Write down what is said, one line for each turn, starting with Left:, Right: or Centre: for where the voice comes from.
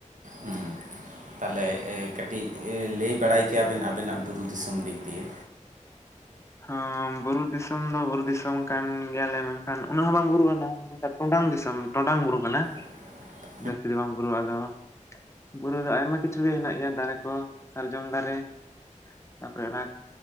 Right: ᱦᱩᱸ ᱛᱟᱦᱚᱞᱮ ᱮ ᱠᱟᱹᱴᱤᱡ ᱞᱟᱹᱭ ᱵᱟᱲᱟᱭ ᱠᱮᱭᱟᱵᱮᱱ ᱟᱵᱮᱱᱟᱜ ᱵᱩᱨᱩ ᱫᱤᱥᱚᱢ ᱫᱤᱠ ᱫᱤᱭᱮ
Left: ᱦᱚᱸ ᱵᱩᱨᱩ ᱫᱤᱥᱚᱢ ᱫᱚ ᱵᱩᱨᱩ ᱫᱤᱥᱚᱢ ᱠᱟᱱ ᱜᱮᱭᱟᱞᱮ ᱢᱮᱱᱠᱷᱟᱱ ᱩᱱᱟᱹᱜ ᱦᱚᱸ ᱵᱟᱝ ᱵᱩᱨᱩᱣᱟ ᱱᱟᱜ ᱴᱚᱸᱰᱟᱝ ᱫᱤᱥᱚᱢ ᱴᱚᱸᱰᱟᱝ ᱵᱩᱨᱩ ᱠᱟᱱᱟ
Right: <inaudible>
Left: ᱡᱟᱹᱥᱛᱤ ᱫᱚ ᱵᱟᱝ ᱵᱩᱨᱩᱣᱟ ᱟᱫᱚ ᱵᱩᱨᱩ ᱫᱚ ᱟᱭᱢᱟ ᱠᱤᱪᱷᱩ ᱜᱮ ᱦᱮᱱᱟᱜ ᱜᱮᱭᱟ ᱫᱟᱨᱮ ᱠᱚ ᱥᱟᱨᱡᱚᱢ ᱫᱟᱨᱮ ᱛᱟᱯᱚᱨᱮ ᱚᱱᱟ